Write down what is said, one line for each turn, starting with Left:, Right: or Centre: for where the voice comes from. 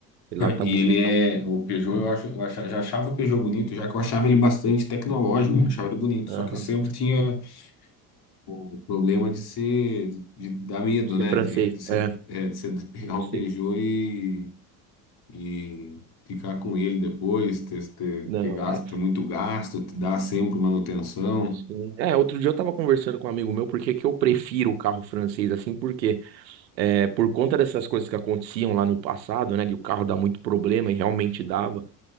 Right: Ele lá tá
Left: E
Right: bonitão.
Left: ele é, o Peugeot, eu acho, eu acha- já achava o Peugeot bonito, já que eu achava ele bastante tecnológico, eu achava ele bonito,
Right: Aham.
Left: só que sempre tinha o problema de ser, de, de dar medo,
Right: Isso
Left: né?
Right: é francês.
Left: De, de ser,
Right: É,
Left: é, de você <laughs> pegar
Right: francês.
Left: um Peugeot e, e ficar com ele depois, ter, ter,
Right: Não,
Left: ter gasto,
Right: é.
Left: ter muito gasto, te dar sempre manutenção.
Right: Sim. É, outro dia eu tava conversando com um amigo meu porque que que eu prefiro o carro francês assim, porque é, por conta dessas coisas que aconteciam lá no passado, né, de o carro dar muito problema e realmente dava.